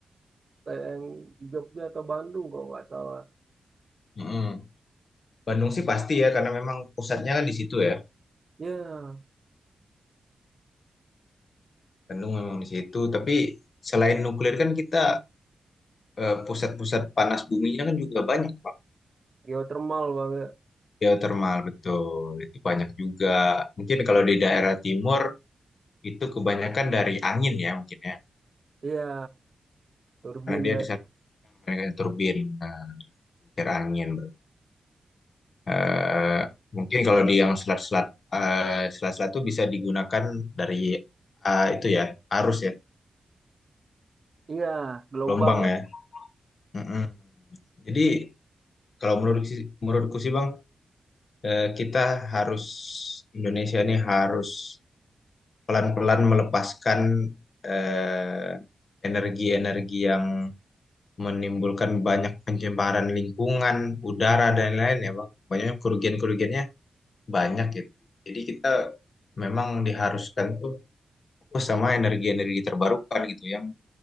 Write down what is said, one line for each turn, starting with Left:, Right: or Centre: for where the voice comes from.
Right: kayak yang di Jogja atau Bandung kalau nggak salah.
Left: Mm-mm. Bandung sih pasti ya karena memang pusatnya kan di situ ya.
Right: Iya,
Left: Bandung memang di situ, tapi selain nuklir kan kita eh, pusat-pusat panas buminya kan juga banyak, Pak.
Right: geothermal banget.
Left: Geotermal, betul. Itu banyak juga. Mungkin kalau di daerah timur itu kebanyakan dari angin ya mungkin ya.
Right: Iya, turbin
Left: Karena dia
Right: naik.
Left: di sana mereka turbin, nah, kincir angin. Eh, mungkin kalau di yang selat-selat eh, selat-selat itu bisa digunakan dari eh, itu ya, arus ya,
Right: Iya, gelombang
Left: gelombang
Right: naik.
Left: ya. Mm-mm. Jadi kalau menurut si, menurutku sih Bang eh, kita harus Indonesia ini harus pelan-pelan melepaskan eh, energi-energi yang menimbulkan banyak pencemaran lingkungan, udara dan lain-lain ya Bang. Banyak kerugian-kerugiannya banyak gitu. Jadi kita memang diharuskan tuh fokus sama energi-energi terbarukan gitu yang